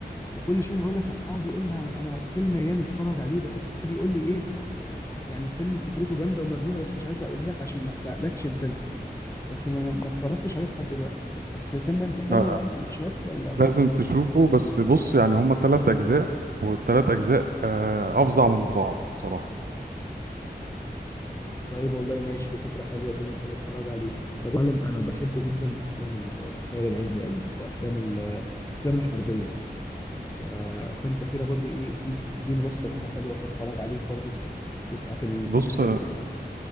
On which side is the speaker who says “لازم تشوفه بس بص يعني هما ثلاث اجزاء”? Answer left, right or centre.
Right